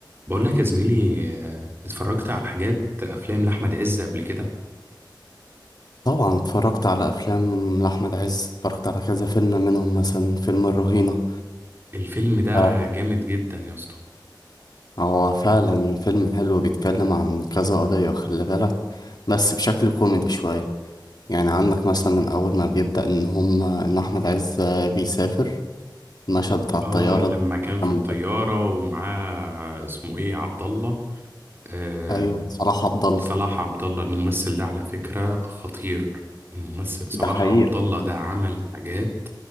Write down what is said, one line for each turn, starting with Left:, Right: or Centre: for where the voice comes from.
Right: بقول لك يا زميلي آه، اتفرجت على حاجات افلام لاحمد عز قبل كده
Left: طبعا اتفرجت على افلام لاحمد عز اتفرجت على كذا فيلم منهم مثلا فيلم الرهينه
Right: الفيلم ده
Left: آه،
Right: جامد جدا يا اسطى
Left: هو فعلا فيلم حلو بيتكلم عن كذا قضيه خلي بالك بس بشكل كوميدي شويه يعني عندك مثلا من اول ما بيبدا ان هم ان احمد عز آه، بيسافر المشهد بتاع الطياره
Right: اه لما
Left: ده
Right: كان في
Left: جنب
Right: الطياره ومعاه اسمه ايه عبد الله آه
Left: ايوه صلاح عبد الله
Right: صلاح عبد الله الممثل ده على فكره خطير الممثل صلاح
Left: ده حقيقه
Right: عبد الله ده عمل حاجات